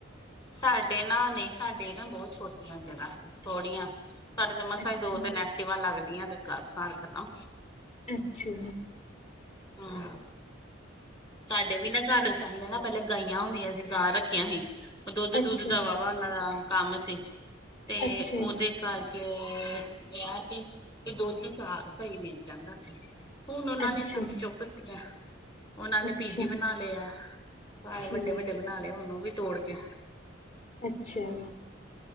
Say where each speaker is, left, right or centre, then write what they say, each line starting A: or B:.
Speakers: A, on the left (about 20°); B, on the left (about 35°).
A: ਸਾਡੇ ਨਾ ਨਹੀਂ ਸਾਡੇ ਨਾ ਬਹੁਤ ਛੋਟੀਆਂ ਜਗ੍ਹਾ ਥੋੜੀਆਂ। ਸਾਡੇ ਤੇ ਮਸਾਂ
B: ਅੱਛਾ,
A: ਹੀ ਦੋ ਤਿੰਨ ਐਕਟਿਵ ਲੱਗਦੀਆਂ ਤੇ ਘਰ ਖਤਮ।
B: ਅੱਛਾ।
A: ਹਾਂ। ਸਾਡੇ ਵੀ ਨਾ ਘਰ ਦੇ ਸਾਹਮਣੇ ਨਾ ਪਹਿਲੇ ਗਾਈਆਂ ਹੁੰਦੀਆਂ ਸੀ ਗਾਂ ਰੱਖੀਆਂ ਸੀ ਉਹ ਦੁੱਧ, ਦੁੱਧ
B: ਅੱਛਾ।
A: ਦਾਵਾ ਉਹਨਾਂ ਦਾ ਕੰਮ ਸੀ ਤੇ
B: ਅੱਛਾ
A: ਉਹਦੇ, ਕਰਕੇ ਇਹ ਸੀ ਕਿ ਦੁੱਧ ਸ ਸਹੀ ਮਿਲ ਜਾਂਦਾ ਸੀ। ਹੁਣ ਉਹਨਾਂ
B: ਅੱਛਾ,
A: ਨੇ ਸੱਬ ਚੁੱਕਤੀਆਂ। ਉਹਨਾਂ ਨੇ
B: ਅੱਛਾ
A: ਪੀਜੀ ਬਣਾ ਲਏ ਆ ਭ
B: ਠੀਕ
A: ਵੱਡੇ ਵੱਡੇ ਬਣਾ
B: ਐ।
A: ਲਏ ਹੁਣ ਉਹ ਵੀ ਤੋੜ ਕੇ।
B: ਅੱਛਿਆ